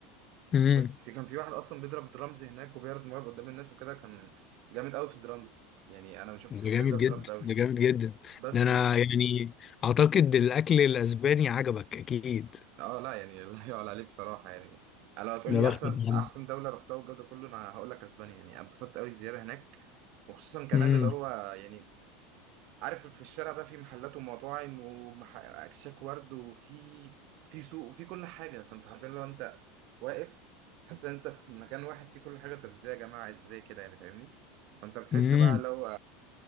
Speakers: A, on the left; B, on the right.
A: أمم.
B: فك- في كان في واحد أصلا بيضرب درامز هناك وبيعرض مواهب قدام الناس وكده كان جامد قوي في الدرامز يعني أنا ما شفتش
A: ده
B: حد
A: جامد
B: بيضرب
A: جدا
B: درامز قوي
A: ده جامد جدا
B: بس
A: ده انا
B: ون...
A: يعني اعتقد الاكل الاسباني عجبك اكيد
B: اه لا يعني <laughs> لا يعلى عليه بصراحة يعني لو هتقول
A: يا
B: لي
A: بختك
B: أحسن
A: يا عم
B: أحسن دولة رحتها والجو ده كله أنا هقول لك أسبانيا يعني أنا اتبسطت قوي الزيارة هناك وخصوصا كمان
A: امم
B: اللي هو يعني عارف في الشارع ده في محلات ومطاعم واكشاك ورد وفي في سوق وفي كل حاجه فانت حرفيا لو انت واقف حاسس ان انت في مكان واحد فيه كل حاجه طب ازاي يا جماعه ازاي كده يعني فاهمني فانت بتحس
A: امم
B: بقى لو